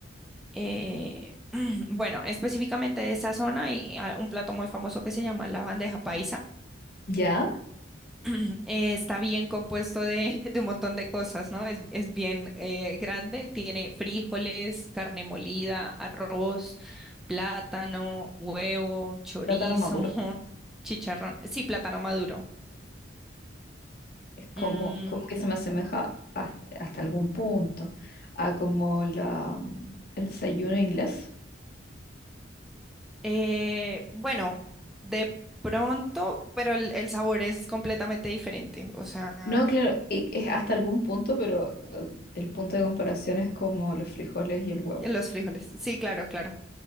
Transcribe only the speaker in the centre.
Eh, <clears throat> bueno, específicamente de esa zona hay ah, un plato muy famoso que se llama la bandeja paisa
<clears throat> eh, está bien compuesto de, de un montón de cosas, ¿no? Es, es bien eh, grande, tiene frijoles, carne molida, arroz, plátano, huevo, chorizo,
<laughs> chicharrón, sí, plátano maduro.
Mm,
eh, bueno, de pronto, pero el, el sabor es completamente diferente, o sea,
los frijoles, sí, claro, claro.